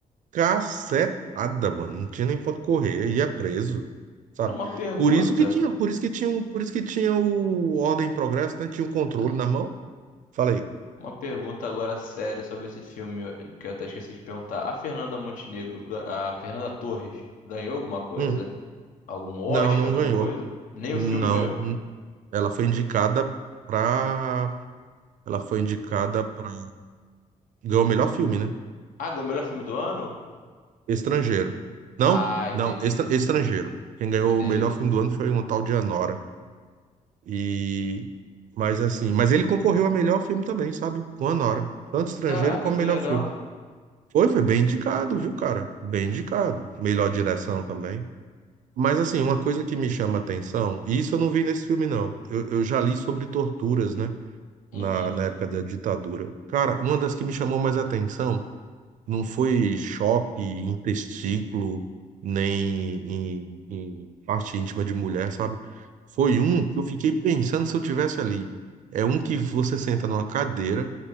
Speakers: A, on the right (about 70°); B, on the left (about 90°).
A: cacetada, mano. Não tinha nem ponto correr, ia preso, sabe?
B: Uma pergunta.
A: Por isso que tinha, por isso que tinha, um- por isso que tinha o Ordem e Progresso, né? Tinha o controle
B: ah,
A: na mão. Falei,
B: Uma pergunta agora séria sobre esse filme eu- que eu até esqueci de perguntar. A Fernanda Montenegro, ga- a Fernanda Torres, ganhou alguma coisa?
A: hum,
B: Algum Oscar,
A: não, não
B: alguma
A: ganhou.
B: coisa? Nem
A: Não,
B: o filme ganhou?
A: hum. ela foi indicada pra. Ela foi indicada pra. Ganhou o melhor filme, né?
B: Ah, ganhou o melhor filme do ano?
A: Estrangeiro. Não,
B: Ah, entendi.
A: não, estra- estrangeiro. Quem ganhou
B: Entendi.
A: o melhor filme do ano foi um tal de Anora. E. Mas assim, mas ele concorreu a melhor filme também, sabe? Com Anora. Tanto estrangeiro
B: Caraca,
A: como
B: que
A: melhor
B: legal.
A: filme. Foi, foi bem indicado, viu, cara? Bem indicado. Melhor direção também. Mas assim, uma coisa que me chama a atenção, e isso eu não vi nesse filme, não. Eu, eu já li sobre torturas, né?
B: Uhum.
A: na, na época da ditadura. Cara, uma das que me chamou mais atenção não foi choque em testículo, nem em, em parte íntima de mulher, sabe? Foi um que eu fiquei pensando se eu tivesse ali. É um que você senta numa cadeira,